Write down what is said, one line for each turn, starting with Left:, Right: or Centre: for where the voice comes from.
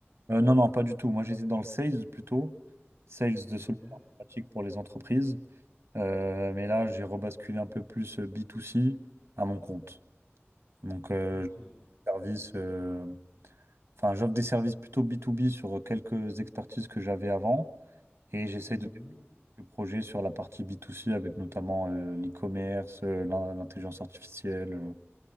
Right: Euh, non, non, pas du tout. Moi, j'étais dans le sales plutôt, sales de
Left: Ok,
Right: solutions pratiques pour les entreprises. Euh, mais là, j'ai rebasculé un peu plus euh, B2C à mon compte. Donc, euh,
Left: ok.
Right: service. euh, Enfin, j'offre des services plutôt b to b sur quelques expertises que j'avais avant et j'essaie
Left: Mhm.
Right: de développer le projet sur la partie b to c avec notamment euh, l'e-commerce, euh, l'in- l'intelligence artificielle. euh.